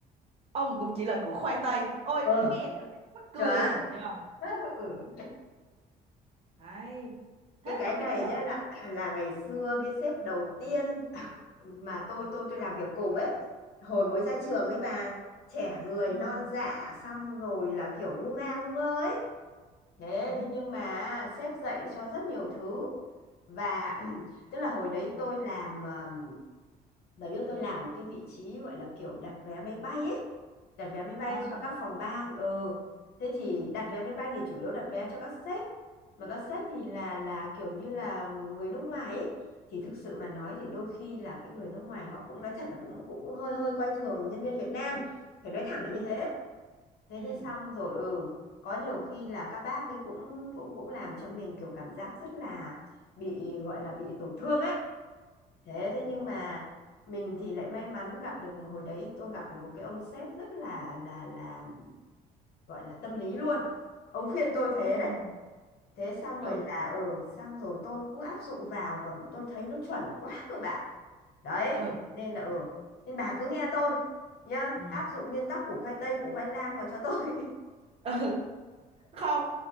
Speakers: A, on the right; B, on the left.
A: ông cũng chỉ là củ khoai tây. Ôi,
B: ờ
A: mới nghe thế là thấy mắc cười
B: chuẩn
A: rồi, nhờ.
B: <laughs> ừ,
A: Ừ. Hay.
B: cái
A: Thế
B: cái
A: mà
B: này
A: trước giờ.
B: nhá là là ngày xưa cái sếp đầu tiên <clears throat> mà tôi tôi tôi làm việc cùng ấy hồi mới ra trường ấy bà trẻ người
A: Ừ.
B: non dạ xong rồi là kiểu ngu ngơ ngu ngơ ấy thế
A: Ừ.
B: thế nhưng mà sếp dạy cho rất nhiều thứ và <clears throat> tức là hồi đấy tôi làm ờ, Bà biết tôi làm ở cái vị trí gọi là kiểu đặt vé máy bay ấy. Đặt vé máy bay
A: À.
B: cho các phòng ban. Ừ. Thế thì
A: Ừ.
B: đặt vé máy bay thì chủ yếu đặt vé cho các sếp. Mà các sếp thì là là kiểu như là người nước ngoài ấy. Thì thực sự mà nói thì đôi khi là cái người nước ngoài họ cũng nói thật là cũng cũng, cũng hơi hơi coi thường nhân viên Việt Nam. Phải nói thẳng là
A: Ừ.
B: như thế. Thế
A: Ừ.
B: thế xong rồi ừ. Có nhiều khi là các bác ấy cũng cũng cũng làm cho mình kiểu cảm giác rất là bị gọi là bị tổn thương ấy Thế thế nhưng
A: Ờ.
B: mà mình thì lại may mắn gặp được một hồi đấy tôi gặp được một cái ông sếp rất là là là gọi là tâm lý luôn. Ông khuyên tôi thế
A: Ừ.
B: đấy. Thế xong
A: Ừ.
B: rồi là ừ xong rồi tôi cứ áp dụng vào và tôi thấy nó chuẩn quá cơ bạn. Đấy,
A: Ừ.
B: nên là ừ nên bà cứ nghe tôi nhá,
A: Ừ. Ừ.
B: áp dụng nguyên tắc củ khoai tây củ khoai lang vào cho tôi.
A: <laughs> Không.